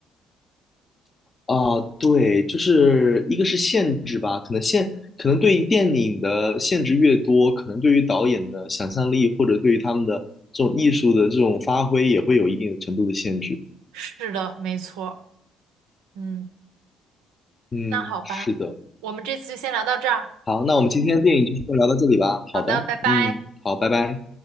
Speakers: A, on the left; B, on the right.
A: 哦，对，就是一个是限制吧，可能限，可能对于电影的限制越多，可能对于导演的想象力或者对于他们的这种艺术的这种发挥也会有一定的程度的限制。
B: 是的，没错。嗯，
A: 嗯，
B: 那好吧，
A: 是的。
B: 我们这次就先聊到这儿。
A: 好，那我们今天的电影就先聊到这里吧。
B: 好的，
A: 好的，
B: 拜拜。
A: 嗯，好，拜拜。